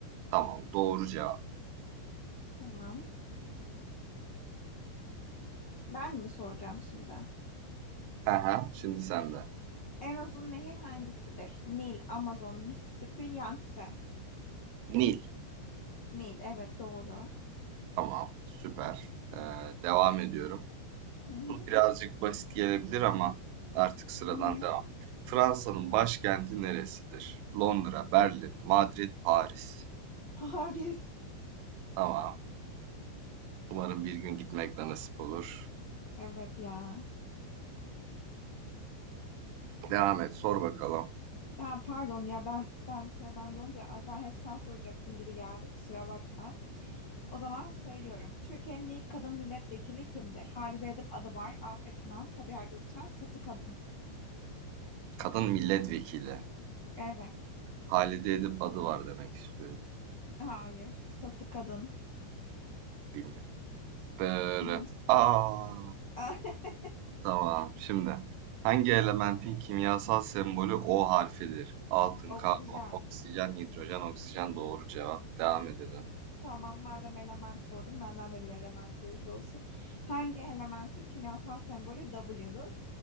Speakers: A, on the right; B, on the left.
A: Tamam, doğru cevap.
B: Tamam. Ben mi soracağım şimdi?
A: Aha, şimdi sende.
B: En uzun nehir hangisidir? Nil, Amazon, Mississippi, Yangtze.
A: Nil.
B: Nil, evet doğru.
A: Tamam, süper. Ee, devam ediyorum.
B: Hı hı.
A: Bu birazcık basit gelebilir ama artık sıradan
B: Hı hı.
A: devam. Fransa'nın başkenti neresidir? Londra, Berlin, Madrid, Paris.
B: Paris.
A: Tamam. Umarım bir gün gitmek de nasip olur.
B: Evet ya.
A: Devam et, sor bakalım.
B: Ben pardon ya ben ben sıra bende olunca ay, ben hep sen soracaksın gibi geldi. Kusura bakma. O zaman söylüyorum. Türkiye'nin ilk kadın milletvekili kimdir? Halide Edip Adıvar, Afet İnan, Sabiha Gökçen, Satı Kadın.
A: Kadın milletvekili.
B: Evet.
A: Halide Edip adı var demek istiyorum.
B: Hayır. Satı kadın.
A: Bilmiyorum. Dırı.
B: Hı.
A: Aa,
B: <laughs>
A: Tamam. Şimdi hangi elementin kimyasal sembolü O harfidir? Altın,
B: Oksijen.
A: karbon, oksijen, hidrojen, oksijen doğru cevap. Devam edelim.
B: Tamam madem element sordum benden de bir element sorusu olsun. Hangi elementin kimyasal sembolü W'dur?